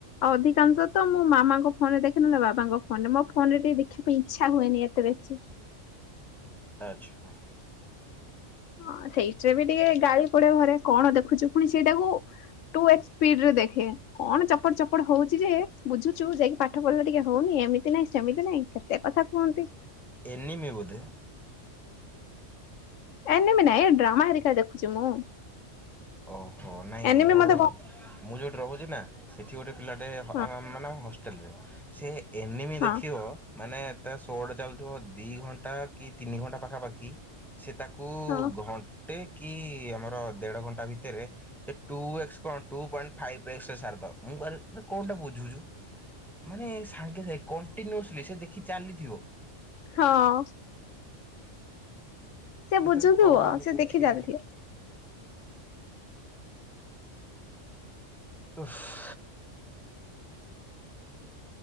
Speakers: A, on the left; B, in the centre.
A: ଆଉ ଅଧିକାଂଶ ତ ମୁଁ ମାମାଙ୍କ ଫୋନରେ ଦେଖେ ନହେନେ ବାବାଙ୍କ ଫୋନରେ ମୋ ଫୋନରେ ଟିକେ ଦେଖିବା ପାଇଁ ଇଚ୍ଛା ହୁଏନି ଏତେ ବେଶୀ।
B: ଆଚ୍ଛା।
A: ହଁ ସେଇଠିରେ ବି ଟିକେ ଗାଳି ପଡ଼ିବ ଘରେ କଣ ଦେଖୁଛୁ ପୁଣି ସେଇଟାକୁ ଟୁ ଏକ୍ସ ସ୍ପିଡ଼ରେ ଦେଖେ। କଣ ଚପଟ ଚପଟ ହଉଚି ଯେ ବୁଝୁଛୁ ଯାଇକି ପାଠ ପଢ଼ିଲେ ଟିକେ ହଉନି ଏମିତି ନାଇଁ ସେମିତି ନାଇଁ। କେତେ କଥା କୁହନ୍ତି।
B: ଏନିମେ ବୋଧେ?
A: ଏନିମି ନାଇଁ ଏ ଡ୍ରାମା ହେରିକା ଦେଖୁଛି ମୁଁ।
B: ଓହୋ ନାଇଁ
A: ଏନିମି
B: ମୋର
A: ମତେ ବ
B: ମୁଁ ଯୋଉଠି ରହୁଛି ନା ସେଠି ଗୋଟେ ପିଲାଟେ ଅ
A: ହଁ
B: ହ ମାନେ ହଷ୍ଟେଲରେ ସେ ଏନିମି
A: ହଁ
B: ଦେଖିବ ମାନେ ତା ସୋ ଟା ଚାଲୁଥିବ ଦି ଘଣ୍ଟା କି ତିନି ଘଣ୍ଟା ପାଖାପାଖି। ସେ ତାକୁ
A: ହଁ
B: ଘଣ୍ଟେ କି ଆମର ଦେଢ଼ ଘଣ୍ଟା ଭି ତେରେ ଏ ଟୁ ଏକ୍ସ କଣ ଟୁ ପଏଣ୍ଟ ଫାଇବ ଏକ୍ସ ରେ ସାରିଦବ ମୁ ଭାରି ମାନେ କଣ୍ଟା ବୁଝୁଛୁ ମାନେ ସାଙ୍ଗେ ସାଙ୍ଗେ କଣ୍ଟିନୁସଲି ସେ ଦେଖି ଚାଲିଥିବ।
A: ହଁ। ସେ ବୁଝୁଥୁବୁ
B: ତାର କଣ ଗୋଟେ
A: ସେ
B: କହୁଛି
A: ଦେଖି
B: କେଜାଣି
A: ଚାଲିଥିବ।
B: <unintelligible>